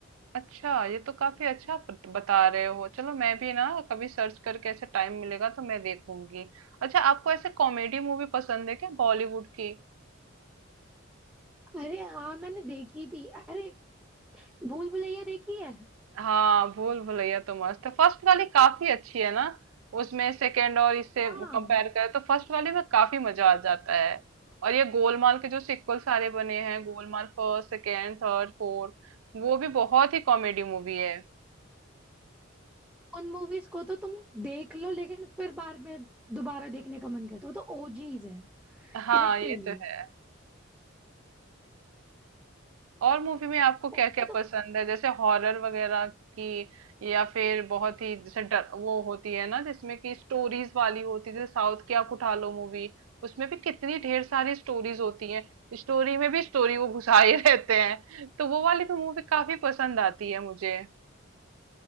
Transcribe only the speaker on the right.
अच्छा ये तो काफी अच्छा बत- बता रहे हो चलो मैं भी ना कभी सर्च करके ऐसे टाइम मिलेगा तो मैं देखूंगी अच्छा आपको ऐसे कॉमेडी मूवी पसंद है क्या बॉलीवुड की
हाँ भूल भुलैया तो मस्त है फर्स्ट वाली काफी अच्छी है ना उसमें सेकंड और इससे
कंपेयर करें तो फर्स्ट वाली में काफी मजा आ जाता है और ये गोलमाल के जो सिक्वल सारे बने हैं Golmaal first second third fourth वो भी बहुत ही कॉमेडी मूवी है
हाँ
ये तो है और मूवी में आपको क्या
क्या
पसंद है जैसे हॉरर वगैरह की या फिर बहुत ही जैसे डर वो होती है ना जिसमें कि स्टोरीज वाली होती है जैसे साउथ की आप उठा लो मूवी उसमें भी कितनी ढेर सारी स्टोरीज होती हैं स्टोरी में भी स्टोरी वो घुसाए <laughs> रहते हैं तो वो वाली भी मूवी काफी पसंद आती है मुझे